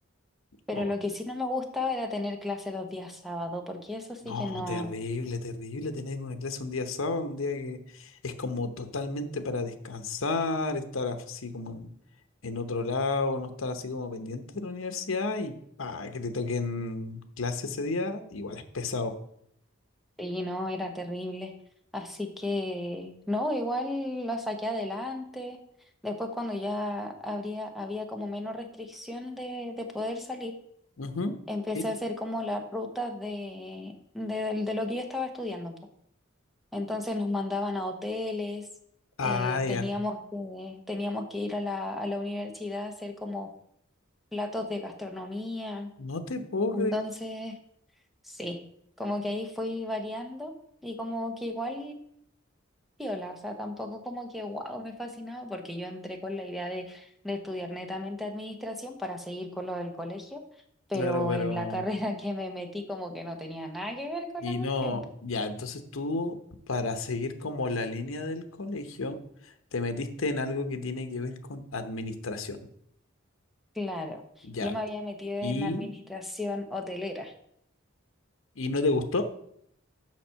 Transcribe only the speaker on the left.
Oh,
no,
terrible, terrible tener una clase un día sábado, un día que es como totalmente para descansar, estar así como en, en otro lado, no estar así como pendiente de la universidad y pa, que te toquen clase ese día, igual es pesado.
Ujú.
Sí.
Ah,
ya.
No te puedo
creer.
Claro, pero...
Y
no, ya, entonces tú, para seguir como la línea del colegio, te metiste en algo que tiene que ver con administración.
Ya.
¿Y,
y no te gustó?